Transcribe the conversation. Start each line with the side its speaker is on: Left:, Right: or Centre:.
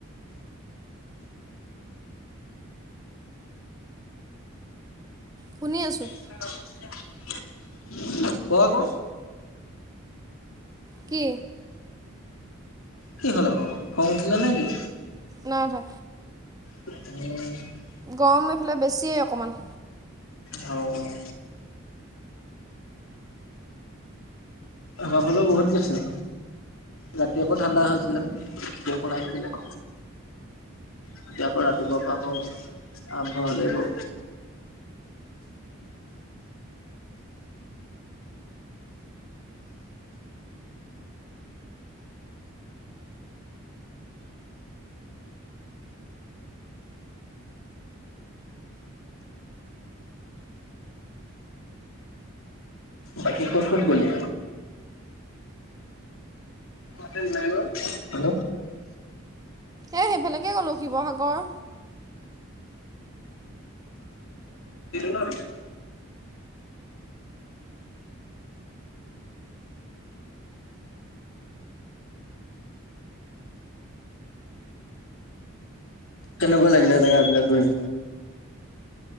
Right: শুনি আছোঁ!
Left: <unintelligible> ক' আক'
Right: কি
Left: কি হ'ল আক' খং উঠিলে নেকি
Right: নাই উঠা
Left: উম
Right: গৰম এইফালে বেছিয়েই অকণমান
Left: অ' আমাৰ ফালেও বহুত বেছি ৰাতি আকৌ ঠাণ্ডা হৈছিলে! বৰষুণ আহিছিলে! এতিয়া আকৌ ৰাতিপুৱা পৰা আকৌ আৰম্ভ হলেই ব বাকী ক'ত, ক'ত গ'লি হেল্ল' উ <inaudible>
Right: এই সেইফালেকে গ'লোঁ শিৱসাগৰ
Left: ন ন <inaudible> কেনেকুৱা লাগিলে জেগাবিলাক গৈ